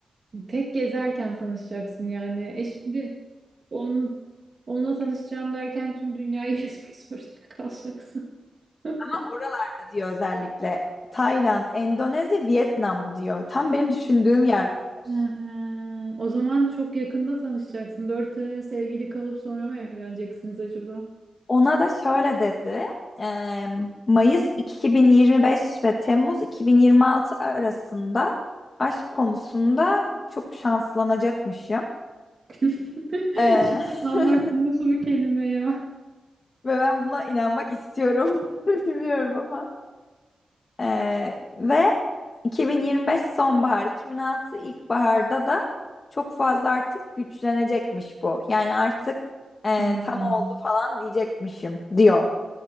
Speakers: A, on the right; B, on the left.
A: Tek gezerken tanışacaksın yani. E şimdi onun, onunla tanışacağım derken tüm dünyayı <laughs> gezmek zorunda kalacaksın. Ha.
B: Ama oralarda diyor özellikle Tayland, Endonezya, Vietnam diyor. Tam benim düşündüğüm yerler.
A: ha. O zaman çok yakında tanışacaksın. Dört sene sevgili kalıp sonra mı evleneceksiniz acaba?
B: Ona da şöyle dedi. eee, Mayıs 2025 ve Temmuz 2026 arasında aşk konusunda çok şanslanacakmışım.
A: <laughs>
B: Eee,
A: Şanslanmak
B: <laughs>
A: nasıl bir kelime ya?
B: ve ben buna inanmak istiyorum. <laughs> Bilmiyorum ama. Eee, ve 2025 sonbahar, 2006 ilkbaharda da çok fazla artık güçlenecekmiş bu. Yani artık e,
A: Hmm.
B: tam oldu falan diyecekmişim diyor.